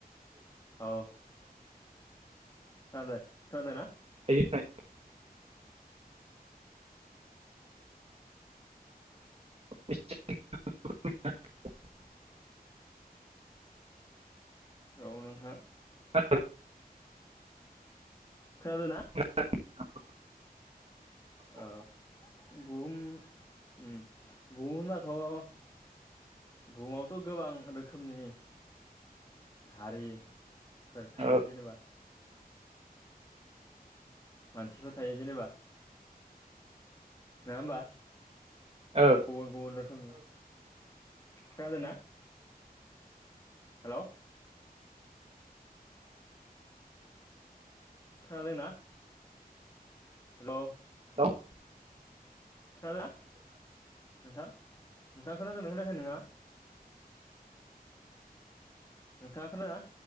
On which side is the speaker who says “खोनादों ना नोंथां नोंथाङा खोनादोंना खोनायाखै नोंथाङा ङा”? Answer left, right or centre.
Left